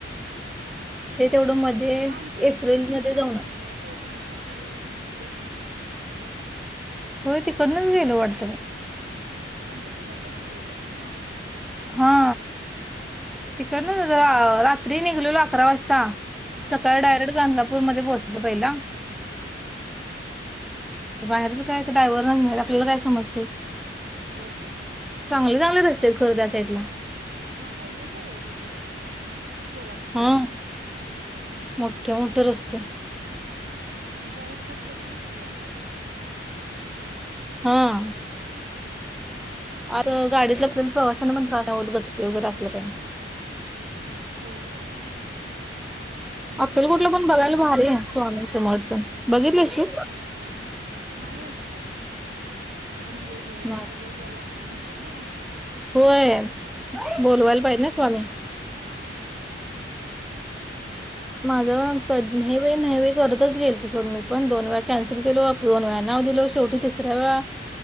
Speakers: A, on the right; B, in the centre.
A: हा हा
B: ते तेवढं मध्ये
A: मग आमच्या इथूनच
B: एप्रिलमध्ये जाऊन
A: गेला
B: आलो.
A: असशीला कवटे महाकाळ हायवेवरंन जत
B: होय तिकडनच गेलो वाटतं मी?
A: हा पंढरपूरला तोच हायवे जातोय ना?
B: हा तिकडन जरा रा रात्री निघलेलो अकरा वाजता
A: हा
B: सकाळी डायरेक्ट गांणगापू पूरमधे पोहचलो पहिला
A: हां
B: बाहेरच काय तर ड्रायव्हर आन आपल्याला काय समजतय
A: होय होय
B: चांगले चांगले रस्तेत खर त्या साइटला
A: हा हायवेच आहे हो तिकडचं सगळं मोठे हा सोलापूर हायवे
B: हां, मोठे मोठे रस्ते.
A: हा आणि गाड्या फास्ट जातात ना हायवे असला की
B: हां आता गाडीतल्या प्रवाशांना पण त्रास होत नाय गचके वगैरे असलं काय
A: होय होय. म्हणजे
B: अक्कलकोटला
A: ते काय हे
B: पण
A: केलता
B: बघायला भारी हाय स्वामी समर्थ. बघितलेस तू?
A: समर्थांचं नाही अजून गेलो. अजून योग यायचंय
B: नाही
A: ते योग यायला लागतेय, म्हणतात ना ह
B: होय
A: ह
B: बोलवायला पाहिजे
A: अजून
B: ना स्वामी.
A: नाही, हा
B: माझ
A: अजून
B: कधन्हे वय नाय करतच गेलतोसोड मी पण दोन वेळा कॅन्सल केलो, दोन वेळा नाव दिल, शेवटी तिसऱ वेळा